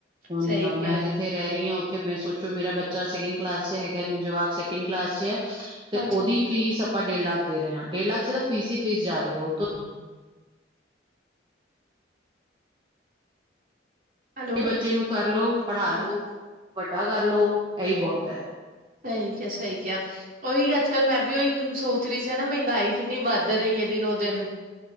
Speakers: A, on the right; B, on the right.
A: ਹੁਣ
B: ਸਹੀ ਕਿਹਾ।
A: ਮੈਂ ਜਿੱਥੇ ਰਹਿ ਰਹੀ ਹਾਂ ਉੱਥੇ ਮੈਂ ਸੋਚੋ ਮੇਰਾ ਬੱਚਾ ਸੈਕਿੰਡ ਕਲਾਸ ਚ ਹੈਗਾ ਜਵਾਕ ਕਲਾਸ ਚ ਤੇ
B: ਹਾਂਜੀ,
A: ਉਹਦੀ ਫੀਸ ਆਪਾਂ ਡੇਢ ਦੇ ਰਹੇ ਹਾਂ ਡੇਢ ਲੱਖ ਸਿਰਫ ਫੀਸ ਹੀ ਫੀਸ ਜਾ ਰਹੀ ਹੈ ਉਹੋਂ
B: <inaudible> ਹੈਲੋ।
A: ਬੱਚੇ ਨੂੰ ਕਰਲੋ, ਪੜ੍ਹਾ
B: ਹਾਂਜੀ,
A: ਲੋ, ਵੱਡਾ ਕਰ ਲੋ ਇਹੀ ਬਹੁਤ ਹੈ।
B: ਸਹੀ ਕਿਆ ਸਹੀ ਕਿਹਾ। ਉਹੀ ਅੱਜ ਕੱਲ੍ਹ ਮੈਂ ਵੀ ਉਹੀ ਸੋਚ ਰਹੀ ਸੀ ਨਾ ਮਹਿੰਗਾਈ ਕਿੰਨੀ ਵੱਧ ਰਹੀ ਹੈ ਦਿਨੋ ਦਿਨ।